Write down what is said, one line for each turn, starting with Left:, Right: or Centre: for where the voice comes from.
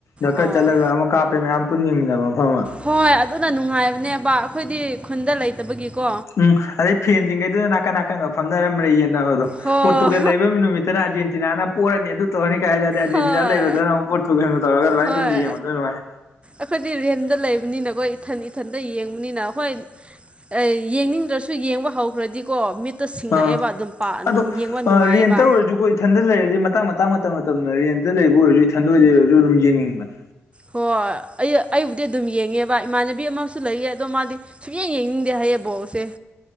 Left: ꯗ ꯈꯔ
Right: ꯑꯣ
Left: ꯆꯠꯂꯒ ꯑꯃ ꯀꯥꯞꯄꯦ ꯃꯌꯥꯝ ꯄꯨꯟ ꯌꯦꯡꯃꯤꯕ ꯃꯐꯝ ꯑꯃ
Right: ꯍꯣꯏ ꯑꯗꯨꯅ ꯅꯨꯡꯉꯥꯏꯕꯅꯦꯕ ꯑꯩꯈꯣꯏꯗꯤ ꯈꯨꯟꯗ ꯂꯩ ꯇꯕꯒꯤꯀꯣ
Left: ꯎꯝ ꯑꯗꯩ ꯐꯦꯟꯁꯤꯡꯈꯩꯗꯨꯗ ꯅꯥꯀꯟ ꯅꯥꯀꯟꯒ ꯐꯝꯅꯔ ꯃꯔꯩ ꯌꯦꯠꯅꯕꯗꯣ
Right: ꯍꯣꯏ
Left: ꯄꯣꯔꯇꯨꯒꯜ ꯂꯩꯕ ꯅꯨꯃꯤꯠꯇꯅ ꯑꯥꯔꯖꯦꯟꯇꯤꯅꯥꯅ ꯄꯣꯔꯂꯅꯤ ꯑꯗꯨ ꯇꯧꯔꯅꯤ ꯀ ꯍꯥꯏꯥꯗꯦ ꯑꯥꯔꯖꯦꯟꯇꯤꯅꯥ
Right: ꯍꯣꯏ
Left: ꯂꯩꯕꯗꯅ ꯑꯃꯨꯛ
Right: ꯍꯣꯏ
Left: <unintelligible>
Right: ꯑꯩꯈꯣꯏꯗꯤ ꯔꯦꯟꯗ ꯂꯩꯕꯅꯤꯅꯈꯣꯏ ꯏꯊꯟ ꯏꯊꯟꯗ ꯌꯦꯡꯕꯅꯤꯅ ꯍꯣꯏ ꯑꯦ ꯌꯦꯡꯅꯤꯡꯗ꯭ꯔꯁꯨ ꯌꯦꯡꯕ ꯍꯧꯈ꯭ꯔꯗꯤꯀꯣ ꯃꯤꯠ ꯇ ꯁꯤꯡꯉꯛꯑꯦꯕ
Left: ꯑꯥ
Right: ꯑꯗꯨꯝ ꯄꯥ
Left: ꯑꯗꯣ
Right: ꯌꯦꯡꯕ ꯅꯨꯡꯉꯥꯏꯌꯦꯕ
Left: ꯔꯦꯟꯇ ꯑꯣꯏꯔꯁꯨꯀꯣ ꯏꯊꯟꯗ ꯂꯩꯔꯗꯤ ꯃꯇꯥꯡ ꯃꯇꯥꯡ ꯃꯇꯝ ꯃꯇꯝꯅ ꯔꯦꯟꯠꯇ ꯂꯩꯕ ꯑꯣꯏꯔꯖꯨ ꯏꯊꯟꯗ ꯑꯣꯏ ꯂꯩꯔꯖꯨ ꯑꯗꯨꯝ ꯌꯦꯡꯅꯤꯡꯕꯅꯦ
Right: ꯍꯣꯏ ꯑꯩ ꯑꯩꯕꯨꯗꯤ ꯑꯗꯨꯝ ꯌꯦꯡꯉꯦꯕ ꯏꯃꯥꯟꯅꯕꯤ ꯑꯃꯁꯨ ꯂꯩꯌꯦ ꯑꯗꯣ ꯃꯥꯗꯤ ꯁꯨꯡꯌꯦꯡ ꯌꯦꯡꯅꯤꯡꯗꯦ ꯍꯥꯏꯌꯦ ꯕꯣ ꯇꯦ